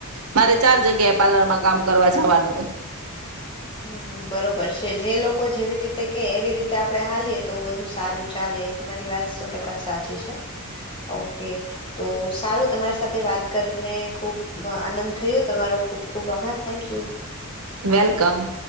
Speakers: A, on the right; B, on the left.
A: મારે ચાર જગ્યાએ પાર્લરમાં કામ કરવા જવાનું હોય.
B: હમમ બરોબર છે જે લોકો જેવી રીતે કે એવી રીતે આપડણે હાલીએ તો વધુ સારું ચાલે એ તમારી વાત સો ટકા સાચી છે ઓકે તો સારું તમારી સાથે વાત વા કરીને ખૂબ આનંદ થયો તમારો ખુબ ખુબ આભાર થેન્ક યુ.
A: વેલકમ.